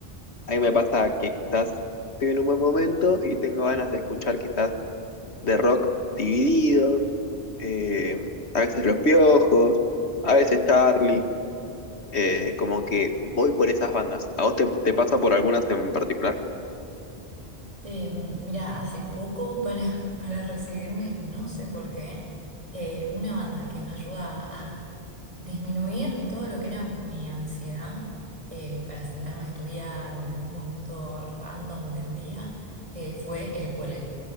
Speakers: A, on the left; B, on the right.
A: A mí me pasa que quizás estoy en un buen momento y tengo ganas de escuchar quizás de rock divididos, eh, a veces Los Piojos, a veces Charlie, eh, como que voy por esas bandas. ¿A vos te, te pasa por algunas en particular?
B: Em, mira, hace poco para, <laughs> para recibirme, no sé por qué, eh, una banda que me ayudaba a disminuir todo lo que era mi ansiedad eh, para sentarme a estudiar o en algún momento random del día eh, fue El Cuelgue.